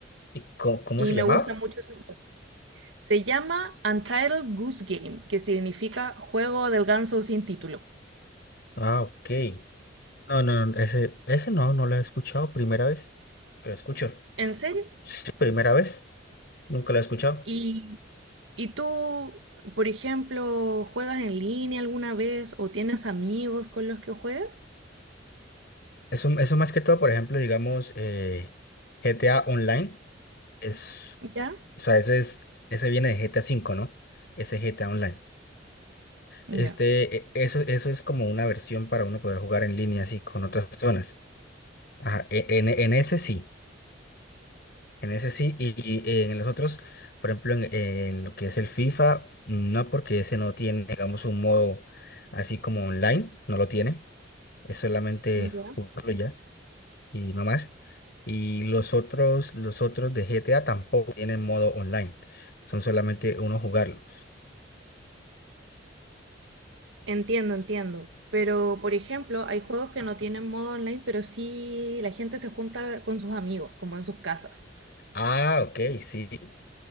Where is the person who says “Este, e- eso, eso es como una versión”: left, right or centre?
Left